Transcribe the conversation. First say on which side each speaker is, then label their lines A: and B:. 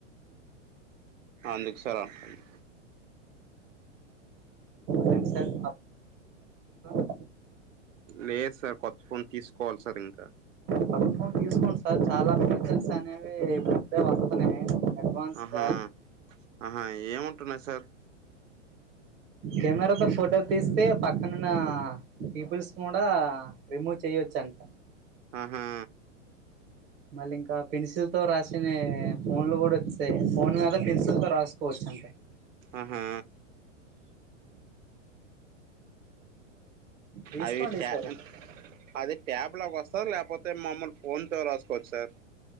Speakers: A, on the right; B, on the right.
A: అందుకు సార్ అంటండు
B: అదే సార్ <unintelligible>
A: లేదు సార్ కొత్త ఫోన్ తీసుకోవాలి సార్ ఇంకా
B: కొత్త ఫోన్ తీసుకోండి సార్ చాలా ఫీచర్స్ అనేవి ఇప్పుడేం వస్తున్నాయి అడ్వాన్స్
A: ఆహా
B: గా
A: ఆహా ఏమంటున్నాయ్ సార్
B: కెమెరా తో ఫోటో తీస్తే పక్కనున్న పీపుల్స్ కూడా రిమూవ్ చెయ్యచ్చు అంట
A: ఆహా
B: మళ్ళీ ఇంకా పెన్సిల్ తో రాసిన ఫోన్ లో కూడా వచ్చాయి ఫోన్ మీద పెన్సిల్ తో రాసుకోవచ్చు ఆన్
A: ఆహా
B: తీసుకోండి
A: అయిపా
B: ఈసారి
A: అది ట్యాబ్ లోకి వస్తారు లేకపోతే మమూలు ఫోన్ తో రాసుకోవచ్చు సార్